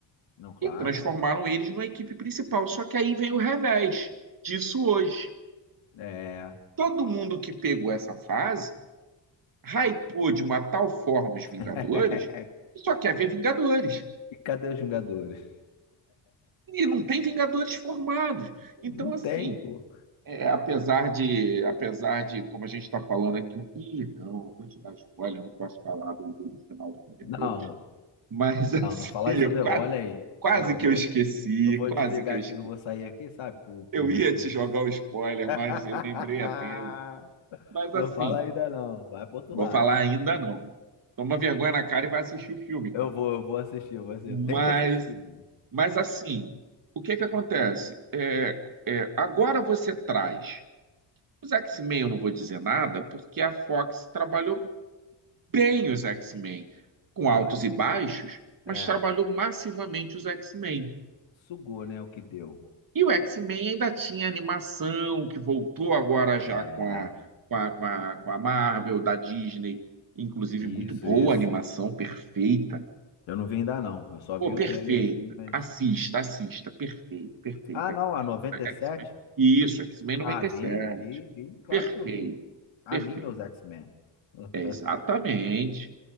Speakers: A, on the left; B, on the right.
A: Não, claro.
B: E transformaram eles numa equipe principal. Só que aí vem o revés disso hoje.
A: É.
B: Todo mundo que pegou essa fase hypou de uma tal forma os
A: <laughs>
B: Vingadores que só quer ver Vingadores.
A: E cadê os Vingadores?
B: E não tem Vingadores formados. Então,
A: Não
B: assim,
A: tem, pô.
B: é, apesar de, apesar de, como a gente está falando aqui, o- ih, não, eu vou te dar spoiler, eu não posso falar do, do final do Thunderbolt.
A: Não,
B: Mas,
A: não,
B: assim,
A: não falar
B: <laughs>
A: de Thunder.
B: quase,
A: Olha aí.
B: quase
A: Eu vou, eu
B: que
A: vou,
B: eu esqueci,
A: eu vou
B: quase
A: desligar
B: que eu
A: aqui,
B: esqueci.
A: que eu vou sair aqui, sabe? Por,
B: Eu
A: por motivo
B: ia te
A: disso.
B: jogar o spoiler,
A: <laughs>
B: mas eu lembrei a tempo. Mas,
A: Não
B: assim,
A: fala ainda não. Vai pro outro
B: vou
A: lado.
B: falar ainda não. Toma vergonha na cara e vai assistir o filme, cara.
A: Eu vou, eu vou assistir. eu vou Você
B: Mas
A: tem que assistir, mano.
B: Mas assim, o que que acontece? É, é, agora você traz. Os X-Men eu não vou dizer nada, porque a Fox trabalhou bem os X-Men, com
A: Trabalhou.
B: altos e baixos, mas
A: É.
B: trabalhou massivamente os X-Men.
A: Sugou, né? O que deu.
B: E o X-Men ainda tinha animação, que voltou agora
A: É.
B: já com a, com a, com a, com a Marvel, da Disney, inclusive
A: Isso,
B: muito boa
A: isso.
B: a animação, perfeita,
A: Eu não vi ainda não. Eu só
B: Pô,
A: vi
B: perfeito.
A: o trailerzinho, mas.
B: Assista, assista. Perfeito, perfeito.
A: Ah,
B: X-Men,
A: não. A noventa e
B: X-Men.
A: sete
B: Isso, X-Men noventa
A: Ah, vi,
B: e sete,
A: vi, vi. Claro
B: Perfeito,
A: que eu vi. A
B: perfeito.
A: mim, meus X-Men. <laughs>
B: Exatamente.